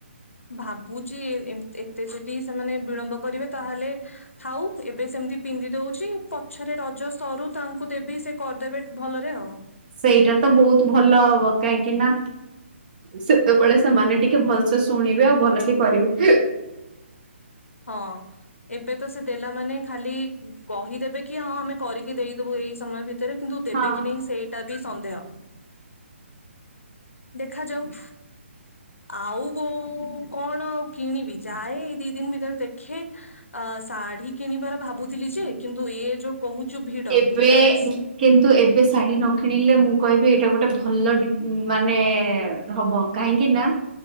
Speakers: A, on the left; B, on the right.
A: ଭାବୁଛି ଏମ ଏତେ ଯଦି ସେମାନେ ବିଳମ୍ବ କରିବେ ତାହେଲେ ଥାଉ। ଏବେ ସେମିତି ପିନ୍ଧି ଦଉଛି ପଛରେ ରଜ ସରୁ ତାଙ୍କୁ ଦେବି ସେ କରିଦେବେ ଭଲରେ ଆଉ।
B: ସେଇଟା ତ ବହୁତ ଭଲ ହବ କାହିଁକି ନା ସେତେବେଳେ ସେମାନେ ଟିକେ ଭଲସେ ଶୁଣିବେ ଆଉ ଭଲ ସେ କରିବେ।
A: ହଁ ଏବେ ତ ସେ ଦେଲା ମାନେ ଖାଲି କହିଦେବେ କି ହଁ ଆମେ କରିକି ଦେଇଦବୁ ଏଇ ସମୟ ଭିତ ରେ କିନ୍ତୁ ଦେବେ
B: ହଁ।
A: କି ନାହିଁ ସେଇଟା ବି ସନ୍ଦେହ ଦେଖାଯାଉ ଆଉ କୋଉ କଣ ଆଉ କିଣିବି ଯାଏ ଏଇ ଦି ଦିନ ଭି ତରେ ଦେଖେ ଅ ଶାଢୀ କିଣିବାର ଭାବୁଥିଲି ଯେ କିନ୍ତୁ ଏ ଯୋଉ କହୁଛୁ ଭିଡ
B: ଏବେ
A: ଭିଡରେ
B: କିନ୍ତୁ ଏବେ ଶାଢୀ ନ କିଣିଲେ ମୁଁ କହିବି ଏଇଟା ଗୋଟେ ଭଲ ଡି ମାନେ-ଏ-ଏ ହବ କାହିଁକି ନା